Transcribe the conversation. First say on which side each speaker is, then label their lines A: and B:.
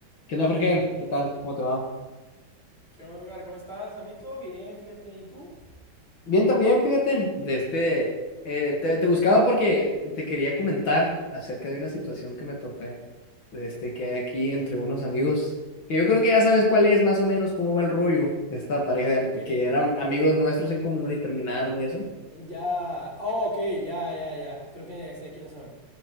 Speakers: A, on the left; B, on the left.
A: ¿Qué onda, Jorge? ¿Qué tal? ¿Cómo te va?
B: ¿Qué onda, Edgar? ¿Cómo estás? A mí todo bien, fíjate. ¿Y tú?
A: Bien también, fíjate, de este, eh, te, te buscaba porque te quería comentar acerca de una situación que me topé, de este, que hay aquí entre unos amigos, que yo creo que ya sabes cuál es más o menos cómo va el rollo de esta pareja de
B: Ok.
A: am- que eran amigos nuestros en común y terminaron y eso.
B: Ya. Oh, ok, ya, ya, ya. Creo que sé quiénes son.